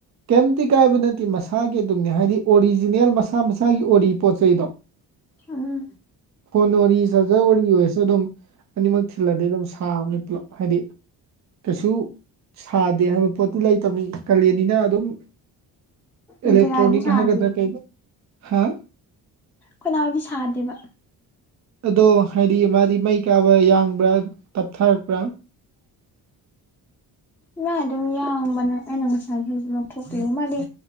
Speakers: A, on the right; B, in the centre.
A: ꯀꯩꯝꯇ ꯀꯥꯏꯕ ꯅꯠꯇꯦ ꯃꯁꯥꯒꯤ ꯑꯗꯨꯝꯅꯦ ꯍꯥꯏꯗꯤ ꯑꯣꯔꯤꯖꯤꯅꯦꯜ ꯃꯁꯥ ꯃꯁꯥꯒꯤ ꯑꯣꯏꯔꯤ ꯄꯣꯠ ꯆꯩꯗꯣ <inaudible> <unintelligible>
B: ꯎꯝ
A: ꯐꯣꯟ ꯑꫭꯔꯤ ꯆꯥꯖꯔ ꯑꯣꯏꯔꯤ ꯑꯣꯏꯔꯁꯨ ꯑꯗꯨꯝ ꯑꯅꯤꯃꯛ ꯊꯤꯜꯂꯗꯤ ꯑꯗꯨꯝ ꯁꯥꯕꯅꯤ ꯄꯨꯂꯞ ꯍꯥꯏꯗꯤ ꯀꯩꯁꯨ ꯁꯥꯗꯦ ꯍꯥꯏꯕ ꯄꯣꯠꯇꯨ ꯂꯩꯇꯕꯃꯤ ꯀꯥꯂꯦꯟꯅꯤꯅ ꯑꯗꯨꯝ
B: ꯏꯟꯗꯤꯔꯥꯗꯤ
A: ꯏꯂꯦꯛꯛꯇ꯭ꯔꯣꯅꯤꯛ
B: ꯁꯥꯗꯤꯌꯦ
A: ꯍꯥꯏꯒꯗ꯭ꯔ ꯀꯩ ꯍꯥ
B: ꯀꯅꯥꯎꯗꯤ ꯁꯥꯗꯦꯕ
A: ꯑꯗꯣ ꯍꯥꯏꯗꯤ ꯃꯥꯗꯤ ꯃꯩ ꯀꯥꯕ ꯌꯥꯡꯕ꯭ꯔꯥ ꯇꯞꯊꯔꯛꯄ꯭ꯔꯥ
B: ꯏꯥ ꯑꯗꯨꯝ ꯌꯥꯡꯕꯅꯦ ꯑꯩꯅ ꯉꯁꯥꯏꯈꯁꯨ ꯂꯧꯊꯣꯛꯄꯤꯔꯨꯕ ꯃꯥꯗꯤ